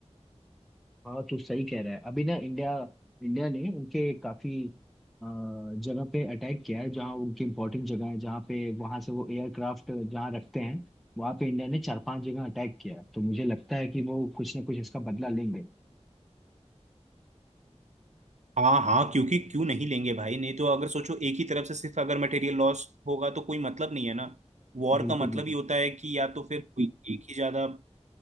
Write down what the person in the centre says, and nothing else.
हाँ तू सही कह रहा है अभी ना इंडिया इंडिया ने उनके काफी अ, जगह पे अटैक किया है जहाँ उनकी इम्पोर्टेंट जगह है जहाँ पे वहां से वो एयरक्राफ्ट जहाँ रखते हैं वहां पे इंडिया ने चार पांच जगह अटैक किया है तो मुझे लगता है कि वो कुछ ना कुछ इसका बदला लेंगे
बिल्कुल
बिल्कुल